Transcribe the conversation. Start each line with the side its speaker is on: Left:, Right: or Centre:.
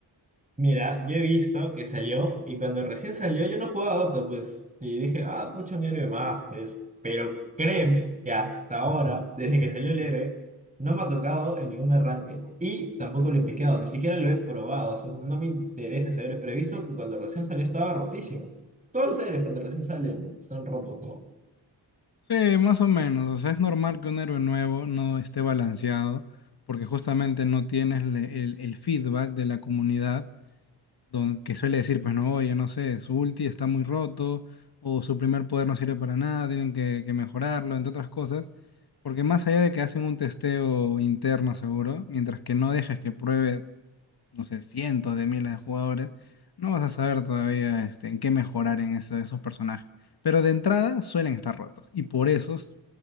Right: Mira, yo he visto que salió y cuando recién salió yo no jugaba a Otto, pues. Y dije, ah, pucha, un héroe más, pues. Pero créeme que hasta ahora, desde que salió el héroe, no me ha tocado en ningún arranque. ¿no? Y tampoco lo he picado, ni siquiera lo he probado. O sea, no me interesa ese héroe, pero he visto que cuando recién salió estaba rotísimo. Todos los héroes cuando recién salen están rotos, ¿no?
Left: Sí, más o menos. O sea, es normal que un héroe nuevo no esté balanceado porque justamente no tienes le- el, el feedback de la comunidad don- que suele decir, pues no, oye, no sé, su ulti está muy roto o su primer poder no sirve para nada, tienen que, que mejorarlo, entre otras cosas. Porque más allá de que hacen un testeo interno seguro, mientras que no dejes que pruebe no sé, cientos de miles de jugadores, no vas a saber todavía este, en qué mejorar en ese- esos personajes. Pero de entrada suelen estar rotos. Y por eso es